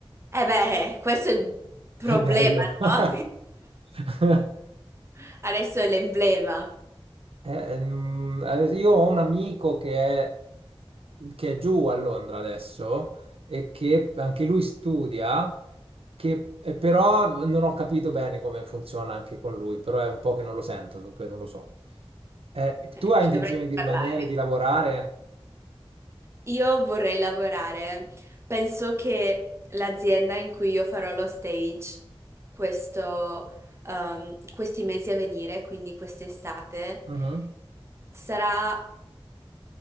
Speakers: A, on the right; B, on the right.
A: E beh, questo è il problema,
B: È bello.
A: no?
B: <laughs>
A: <laughs> Adesso è l'emblema.
B: Eh, mm, eh, io ho un amico che è, che è giù a Londra adesso e che anche lui studia, che, eh, però non ho capito bene come funziona anche con lui, però è un po' che non lo sento, dunque non lo so. Eh,
A: Eh,
B: tu hai
A: ci
B: intenzione
A: dovrei
B: di
A: parlare.
B: rimanere, di lavorare?
A: Io vorrei lavorare. Penso che l'azienda in cui io farò lo stage questo, ehm, questi mesi a venire, quindi quest'estate,
B: Mhm.
A: sarà...